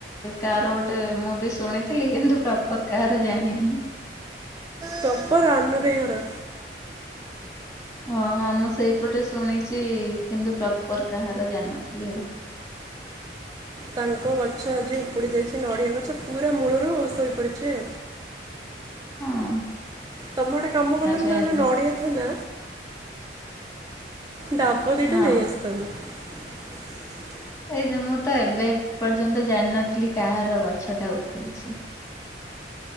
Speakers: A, on the left; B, on the right.
A: କାର ଗୋଟେ ମୁଁ ବି ଶୁଣିଥିଲି କିନ୍ତୁ ପ୍ରପର କାଆର ଜାଣିନି।
B: ପ୍ରପର୍ ରାନୁ ଦେଇ ହର।
A: ଓ ହଁ ମୁଁ ସେଇପଟେ ଶୁଣିଚି କିନ୍ତୁ ପ୍ରପର କାହାର ଜାଣିନଥିଲି ଆଉ।
B: ତାଙ୍କ ଗଛ ଆଜି ଉପୁଡି ଯାଇଛି ନଡ଼ିଆ ଗଛ ପୁରା ମୂଳରୁ ଶୋଇ ପଡିଛି।
A: ହଁ।
B: ତମେ ଗୋଟେ କାମ କଲନି,
A: ଆରେ
B: ତାଙ୍କ
A: ଆରେ
B: ଯୋଉ ନଡିଆ ଥିଲା ଡା ବ ଦିଇଟା
A: ହଁ।
B: ନେଇ ଆସିଥାନ୍ତ।
A: ଏ ଝିଅ ମୁଁ ତ ଏବେ ପର୍ଯ୍ୟନ୍ତ ଜାଣିନଥିଲି କାହାର ଗଛ ଟା ଉପୁଡିଛି।